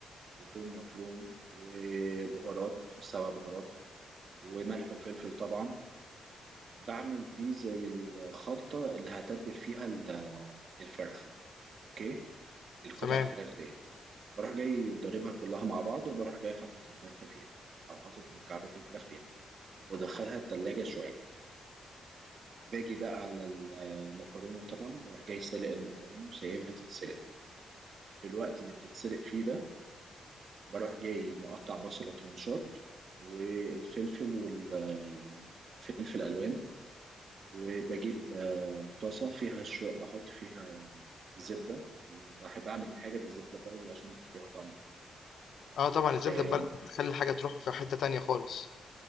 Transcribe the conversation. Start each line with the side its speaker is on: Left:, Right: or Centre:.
Right: وتوم مفروم وبهارات سبع بهارات وملح وفلفل طبعا بعمل دي زي الخلطة اللي هتبل فيها ال- آه، الفرخة اوكي القطع
Left: تمام
Right: الفراخ ديت بروح جاي ضاربها كلها مع بعض وبروح جاي حاطط الفرخة فيها أو حاطط مكعبات الفراخ فيها وأدخلها التلاجة شوية باجي بقى على المكرونة طبعا بروح جاي سالق المكرونة وسايبها تتسلق في الوقت اللي بتتسلق فيه ده بروح جاي مقطع بصلة ترنشات والفلفل والفلفل ألوان وبجيب آه، طاسة فيها شو بحط فيها زبدة بحب أعمل حاجة بالزبدة البلدي عشان تديها طعم حلو
Left: اه طبعا الزبده
Right: آه،
Left: البلدي بتخلي الحاجه تروح في حته تانية خالص